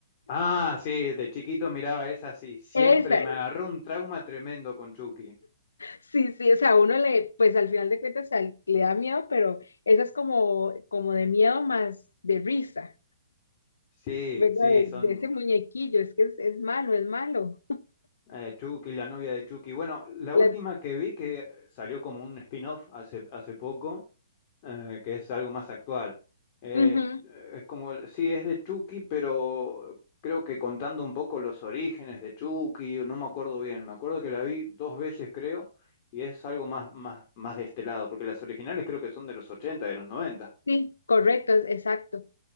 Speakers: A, on the left; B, on the left.
A: Ah, sí, de chiquito miraba esa, sí. Siempre
B: Esa,
A: me agarró un trauma tremendo con Chucky.
B: sí, sí, o sea, uno le, pues al final de cuentas o le da miedo, pero esa es como, como de miedo más de risa,
A: Sí,
B: ¿verdad?
A: sí,
B: De,
A: son
B: de ese muñequillo, es que es, es malo, es malo.
A: eh, Chucky, la novia de Chucky. Bueno, la
B: La-
A: última que vi que salió como un spin-off hace, hace poco. eh, que es algo más actual. Eh,
B: Ujú,
A: es como, el- sí, es de Chucky, pero creo que contando un poco los orígenes de Chucky, no me acuerdo bien, me acuerdo que la vi dos veces, creo, y es algo más, más, más de este lado, porque las originales creo que son de los ochenta de los noventa
B: sí, correcto, es- exacto.